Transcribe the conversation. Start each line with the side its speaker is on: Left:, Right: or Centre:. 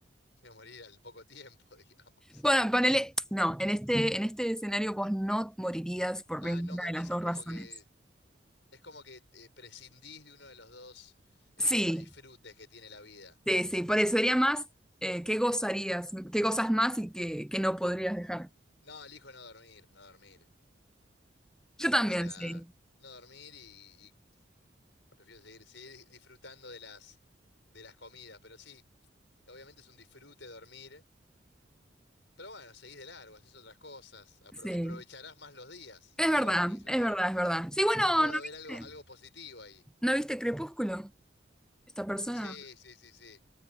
Left: Me voy a morir al poco tiempo, <laughs> digamos.
Centre: Bueno, ponele, no, en este, en este escenario vos no morirías por
Left: Ah,
Centre: ninguna
Left: no morís,
Centre: de las dos
Left: es como
Centre: razones.
Left: que, es como que eh, prescindís de uno de los dos eh,
Centre: Sí,
Left: como disfrutes que tiene la vida.
Centre: sí, sí, por eso sería más eh, qué gozarías, qué gozas más y qué, qué no podrías dejar.
Left: No, elijo no dormir, no dormir.
Centre: Yo también,
Left: O sea,
Centre: sí,
Left: no dormir y, Prefiero seguir, seguir disfrutando de las, de las comidas, pero sí, obviamente es un disfrute dormir. Pero bueno, seguís de largo, haces otras cosas, apro-
Centre: sí.
Left: aprovecharás más los días si
Centre: Es verdad,
Left: no dormís o
Centre: es
Left: no.
Centre: verdad, es verdad. Sí, bueno,
Left: Puede
Centre: ¿no
Left: haber
Centre: viste,
Left: algo, algo positivo ahí.
Centre: no viste Crepúsculo? Esta persona.
Left: Sí, sí, sí, sí.